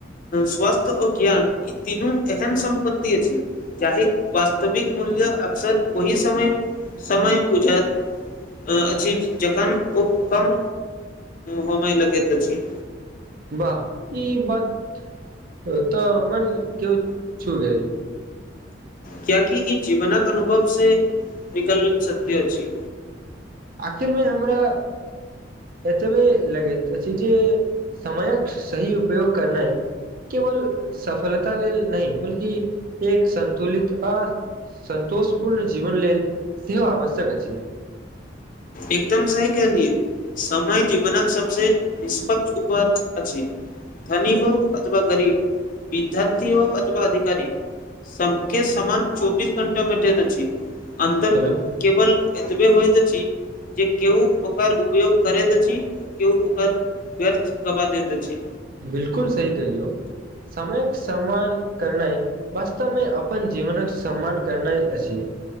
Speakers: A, on the left (about 45°); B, on the right (about 50°).
A: स्वास्थ्य आ ज्ञान ई तीनू एहन सम्पत्ति अछि जाहि वास्तविक मूल्य अक्सर ओहि समय समय बुझाऐत अछि जखन ओ कम होबय लगैत अछि
B: वाह ई बात ओ तऽ मन के छू गल
A: कियाकि कि ई जीवनक अनुभव से निकले सत्य छी
B: आखिर मे हमरा एतबे लगेैत अछि जे समयक सही उपयोग करनाई केवल सफलता लेल नहि बल्कि एक संतुलित आ संतोष पूर्ण जीवन लेल सेहो आवश्यक अछि
A: एकदम सही कलियए समय जीवनक सबस निष्पक्ष उपज अछि धनी हो अथवा गरीब विद्याथी हो अथवा अधिकारी सबके समान चौबीस घंटा घटैत अछि अंतर
B: हेलो
A: केवल एतबे होइत अछि जे केहु ओकर उपयोग करैत अछि केहु ओकर व्यर्थ गंबा दैत अछि
B: बिलकुल सही कहलियौ समयक सम्मान करनाइ वास्तवमे अपन जीवनक सम्मान करनाइ अछि